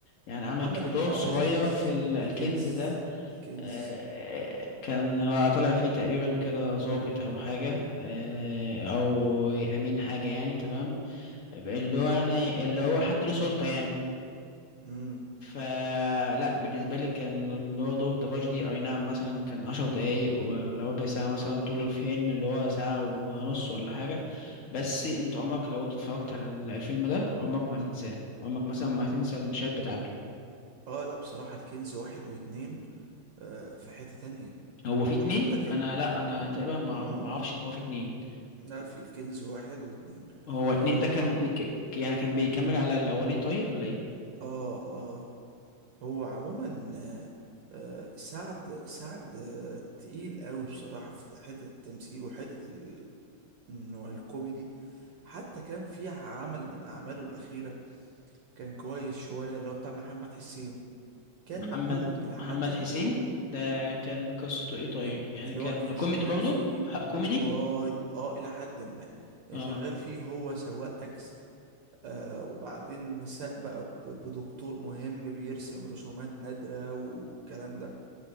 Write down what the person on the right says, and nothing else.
عمل
ال... آه،
الكنز
الكنز
الكنز
مم،
اه لا بصراحة الكنز واحد واتنين آه في حتة تانية
وحتى
كان
م-
م-
لا في الكنز واحد واتنين
آه هو
عم...
اه اه هو عموما آه آه سعد سعد آه تقيل قوي بصراحة في حتة التمثيل وحتة ال... انه الكوميدي حتى كان في عمل من اعماله الاخيرة كان كويس شوية اللي هو بتاع محمد حسين كان
مقبول الى حد
ما
كان
اللي
هو كان
شغال
فيه
اه اه الى حد ما كان
شغال فيه هو سواق تاكس آه وبعدين ساق بقى ب- بدكتور مهم بيرسم رسومات نادرة والكلام ده